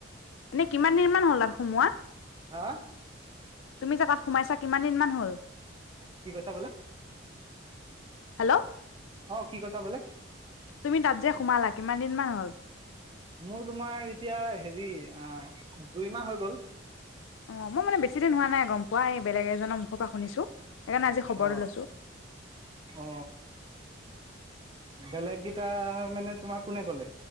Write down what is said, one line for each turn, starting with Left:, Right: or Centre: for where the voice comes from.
Left: এনে কিমান দিন মান হ'ল আৰু সোমোৱা।
Right: হা
Left: তুমি জেগাত সোমাইছা। কিমান দিনমান হ'ল
Right: কি কৈছা বোলে
Left: হেল্ল'
Right: অ কি কৈছা বোলে?
Left: তুমি তাত যে সোমালা কিমান দিনমান হল?
Right: মোৰ তোমাৰ এতিয়া হেৰি অ', দুই মাহ হৈ গ'ল।
Left: অ' মই মানে বেছিদিন হোৱা নাই গম পোৱা এই বেলেগ এজনৰ মুখৰ পৰা শুনিছো। সেইকাৰণে আজি খবৰটো
Right: অ
Left: লৈছো
Right: অ বেলেগ কেইটা মানে তোমাৰ কোনে ক'লে